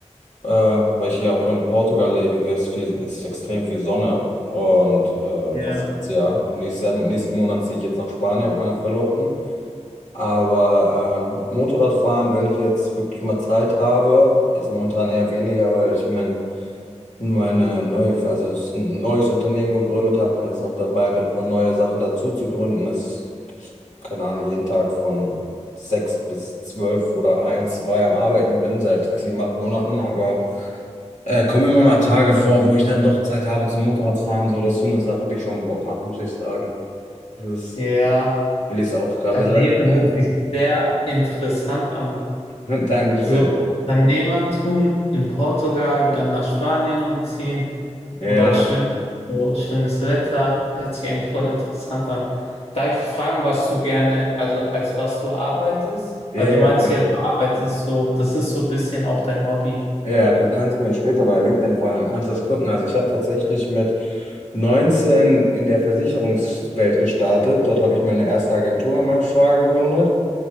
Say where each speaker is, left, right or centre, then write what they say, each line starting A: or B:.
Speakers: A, on the left (about 80°); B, on the left (about 55°).
A: Äh, weil ich hier auch in Portugal lebe, hier ist viel, ist extrem viel Sonne. Und äh,
B: Ja.
A: fast das Jahr. Und nächstes Jahr, nächsten Monat ziehe ich jetzt nach Spanien mit meiner Verlobten. Aber ähm, Motorradfahren, wenn ich jetzt wirklich mal Zeit habe, jetzt momentan eher weniger, weil ich mein, meine neue, also es ist ein neues Unternehmen gegründet habe und jetzt noch dabei bin, ein paar neue Sachen dazu zu gründen. Das, ich, keine Ahnung, jeden Tag von sechs bis zwölf oder eins zwei am Arbeiten bin, seit sieben, acht Monaten. Aber äh, kommen immer mal Tage vor, wo ich dann doch Zeit habe zum Motorradfahren. So, das ist so eine Sache, die schon Bock macht, muss ich sagen. Das ist
B: Ja.
A: Willis Aufgabe.
B: Dein Leben hört sich sehr interessant an.
A: <laughs> Dankeschön.
B: So Unternehmertum in Portugal, dann nach Spanien umziehen
A: Ja.
B: und auch schön, so schönes Wetter, hört sich eigentlich voll interessant an. Darf ich fragen, was du gerne, also als was du arbeitest?
A: Ja,
B: Weil du
A: ja,
B: meinst
A: klar.
B: ja, du arbeitest so, das ist so ein bisschen auch dein Hobby.
A: Ja, ja, du kannst mir später bei LinkedIn folgen, dann kannst du das gucken. Also ich habe tatsächlich mit 19 in der Versicherungswelt gestartet. Dort habe ich meine erste Agentur mit meinem Schwager gegründet.